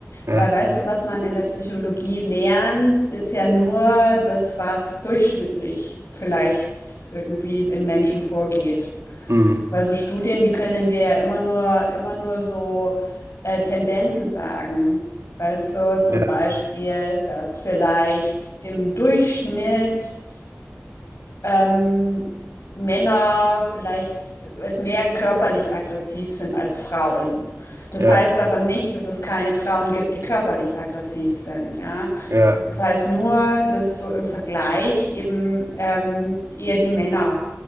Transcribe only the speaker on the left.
weil weißt du, was man in der Psychologie lernt, ist ja nur das, was durchschnittlich vielleicht irgendwie in Menschen vorgeht.
Weil so Studien, die können dir ja immer nur, immer nur so äh, Tendenzen sagen. Weißt du, zum
Beispiel, dass vielleicht im Durchschnitt ähm, Männer vielleicht es mehr körperlich aggressiv sind als Frauen. Das
heißt aber nicht, dass es keine Frauen gibt, die körperlich aggressiv sind. Ja,
es heißt nur, dass so im Vergleich eben ähm, eher die Männer,